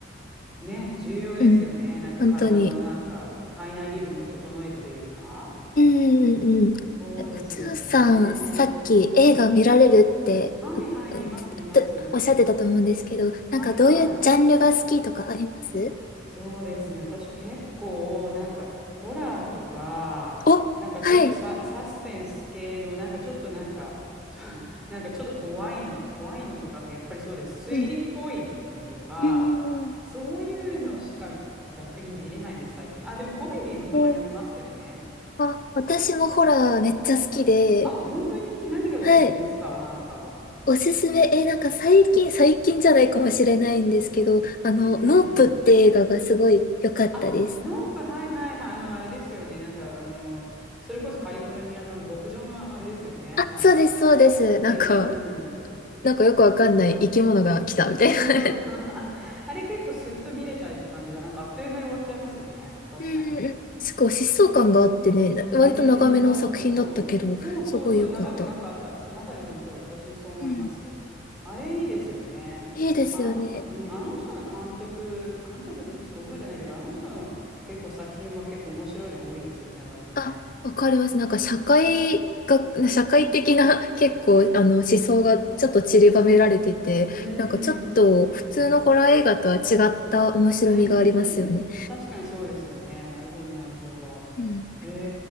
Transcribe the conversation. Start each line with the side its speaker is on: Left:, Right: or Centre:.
Centre: う。ね、重要ですよね。
Left: うん。
Centre: なんか体のなんか体内リズムを整えるというか。
Left: 本当に。うんうんうん。
Centre: そうですよね。
Left: え宇宙さん、さっき映画見られるってううっ
Centre: はいはい、見ます見ます。
Left: ておっしゃってたと思うんですけど、なんかどういうジャンルが好きとかあります
Centre: はいはい。そうですね。私結構、なんか、ホラーとか、
Left: お、
Centre: なんかちょっとサ、
Left: はい。
Centre: サスペンス系の、なんかちょっとなんか、<laughs> ちょ、なんかちょっと怖いの、怖いのとか、あとやっぱりそうです。
Left: うん。
Centre: 推理っぽいのとか、
Left: うんうんうん。
Centre: そういうのしか逆に見れないんです、最近。あ、でもコメディもたまに見ますけどね。
Left: えーあ、私もホラーめっちゃ好きで、
Centre: あ、本当に何がおすすめですかなんか。
Left: はい。おすすめ、えーなんか最近、最近じゃないかもしれないんですけど、あの、
Centre: うんうん。
Left: ノープって映画がすごい良かったです。
Centre: あ、ノープ、はいはいはい。あの、あれですよね。なんか、あの、それこそカリフォルニアのあの牧場のあれですよね。
Left: あ、
Centre: なんか、
Left: そうです、そうです。なんか、
Centre: へん、うん。
Left: なんかよくわかんない生き物が来たみたい
Centre: そうそう。<laughs> あれ結構すっと見れちゃうって感じで、なんかあっという間に終わっちゃいますよね。確かに。
Left: うんうん。すごい疾走感があってね、な割と長めの作品だったけど、
Centre: うんうん、そうそうそう。そうそうそう、
Left: すごい良かった。
Centre: 長くなかった。そう、まさにその通り。私もそう思います。
Left: うん。
Centre: あれいいですよね。
Left: いいですよね。
Centre: あん、うん、あの人の監督、監督の、ちょっと覚えてないけど、あの人の結構作品は結構面白いのが多いですよね、割とね。
Left: あ、わかります。なんか社会が、社会的な <laughs> 結構、あの、思想がちょっと散りばめられてて、
Centre: うんう
Left: なんかちょっと普通のホラー映画とは違った面白みがありますよね。
Centre: んうん。うんうん。確かにそうですよね。なるほど、なるほど。
Left: うん。
Centre: へ